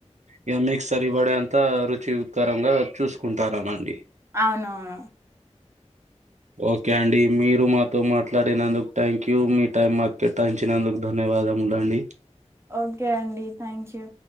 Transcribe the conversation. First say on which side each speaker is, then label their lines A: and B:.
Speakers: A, on the right (about 75°); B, on the right (about 20°).
A: ఇక మీక్ సరిబడే అంత రుచికరంగా చూసుకుంటారానండి
B: అవునవును
A: ఓకే అండి మీరు మాతో మాట్లాడినందుకు థ్యాంక్ యూ మీ టైమ్ మాకే కేటా యించినందుకు ధన్యవాదములాండి
B: ఓకే అండి థ్యాంక్ యూ